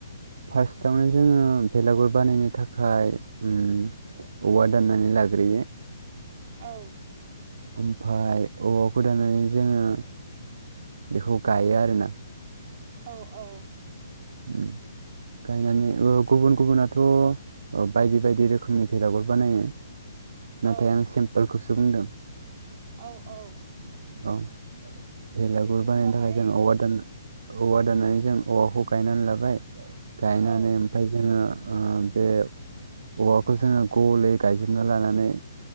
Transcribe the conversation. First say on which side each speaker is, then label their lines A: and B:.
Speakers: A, on the right (about 70°); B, on the right (about 45°).
A: फार्सथावनो जोङो भेलागुर बानायनो थाखाय ओम औवा दाननानानै लाग्रोयो।
B: औ।
A: ओमफाय औवाखौ दानानै जोङो बेखौ गायो आरोना।
B: औ औ
A: <unintelligible> गायनानै गुबुन गुबुनाथ' बायदि बायदि रोखोमनि भेलागुर बानायो नाथाय
B: औ
A: आं सिमपोलखौसो बुंदों
B: औ औ
A: औ बेेलागुर
B: बेनि
A: बानायनो
B: उनावहाय
A: थाखाय जों औवा दननो औवा दाननानै जों औवाखौ गायनानै लाबाय गायनानै
B: औ
A: ओमफ्राय जोङो ओ बे औवाखौ जोङो गलै गायजोबना लानानै